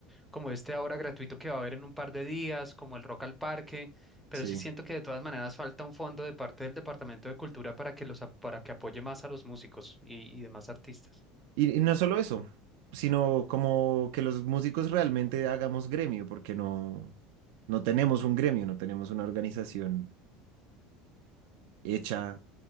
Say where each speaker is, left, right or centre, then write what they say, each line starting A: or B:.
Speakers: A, in the centre; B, on the right.
A: como este ahora gratuito que va a haber en un par de días, como el Rock al Parque, pero
B: Sí.
A: sí siento que de todas maneras falta un fondo de parte del Departamento de Cultura para que los, ap- para que apoye más a los músicos y, y demás artistas.
B: Y, y no solo eso, sino como que los músicos realmente hagamos gremio, porque no, no tenemos un gremio, no tenemos una organización hecha,